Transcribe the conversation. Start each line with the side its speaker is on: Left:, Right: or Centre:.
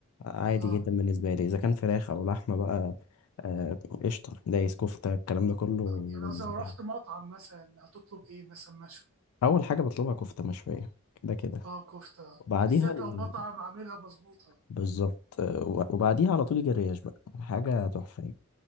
Left: عادي
Right: اه
Left: جدا بالنسبه لي اذا كان فراخ او لحمه بقى آه، قشطه دايس كفته الكلام ده كله بالنسبه
Right: يعني قصدي لو رحت
Left: لي
Right: مطعم مثلا هتطلب إيه مثلا مشوي
Left: اول حاجه بطلبها كفته مشويه كده كده
Right: اه كفتة
Left: وبعديها
Right: بالذات
Left: ال...
Right: لو مطعم عاملها مظبوطة
Left: بالظبط آه، و- وبعديها على طول يجي الريش بقى حاجه تحفه يعني،